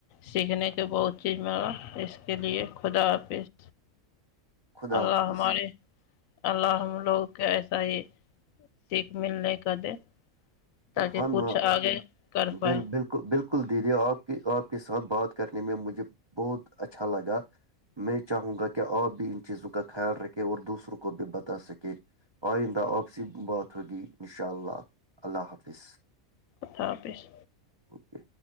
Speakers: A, on the left; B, on the right.
A: سیکھنے کے بہت چیز مگلا اس کے لیے خدا حافظ
B: خدا
A: اللہ
B: حافظ
A: ہمارے اللہ ہم لوگ کے ایسا ہی سیک ملنے کا دے تاکہ
B: ہم
A: کچھ آگے کر پائے
B: بال بالکل بالکل دیدی آپ کے آپ کے ساتھ بات کرنے میں مجھے بہت اچھا لگا میں چاہوں گا کہ آپ بھی ان چیزوں کا خیال رکھے اور دوسروں کو بھی بتا سکے آئیندہ آپ سے بات ہوگی انشاء اللہ اللہ حافظ
A: خدا حافظ
B: اوکے